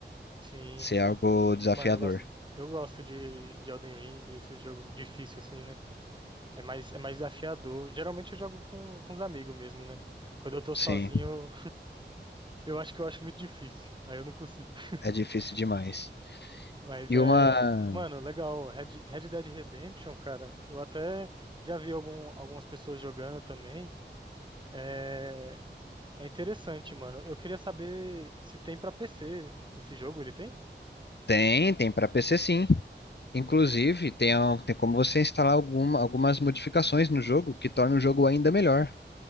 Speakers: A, on the right; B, on the left.
A: Sim,
B: ser
A: sim.
B: algo desafiador.
A: Mano, eu gosto, eu gosto de, de Elden Ring, esse jogo difícil, assim, né? É mais, é mais desafiador. Geralmente eu jogo com, com os amigos mesmo, né? Quando eu tô
B: Sim,
A: sozinho. Eu acho que eu acho muito difícil. Aí eu não consigo. <laughs>
B: é difícil demais.
A: Mas
B: E
A: é.
B: uma.
A: Mano, legal. Red, Red Dead Redemption, cara. Eu até já vi algum, algumas pessoas jogando também. É, é interessante, mano. Eu queria saber se tem pra PC esse jogo. Ele tem?
B: Tem, tem para PC sim. Inclusive, tem, a- tem como você instalar alguma, algumas modificações no jogo que tornam o jogo ainda melhor.